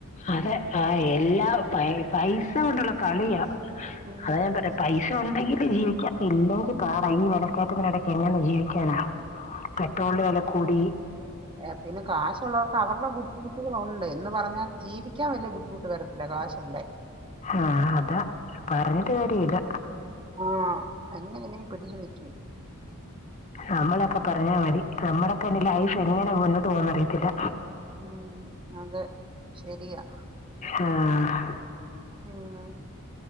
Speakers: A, on the left; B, on the right.
A: അതെ ആ എല്ലാ പൈസ കൊണ്ടുള്ള കളിയാ
B: ഉം
A: അതൊ ഞാൻ. പൈസ ഉണ്ടെങ്കില് ജീവിക്കാം ഇല്ലെങ്കിൽ പാട ഈ വിലക്കയറ്റത്തിനിടയ്ക്ക് എങ്ങനെ ജീവിക്കാനാ. പെട്രോളിന് വില കൂടി.
B: ഏ പിന്നെ കാശുള്ളവർക്ക് അവരുടെ ബുദ്ധിമുട്ടുകളൾ ഉണ്ട്. എന്ന് പറഞ്ഞാൽ ജീവിക്കാൻ വലിയ ബുദ്ധിമുട്ട് വരത്തില്ല കാശുണ്ടേ.
A: ആഹ് അതാ പറഞ്ഞിട്ട് കാര്യല്ല.
B: ആ അങ്ങനെങ്ങനെ പെടിച് നിക്കും.
A: നമ്മളൊക്കെ പറഞ്ഞാൽ മതി നമ്മടെക്കെ ഇനി ലൈഫ് എങ്ങനെ മുന്നോട്ട് പോകുന്നറിയോ. ത്തില്ല.
B: ഉം അതൊ ശരിയാ.
A: ആ
B: ഉം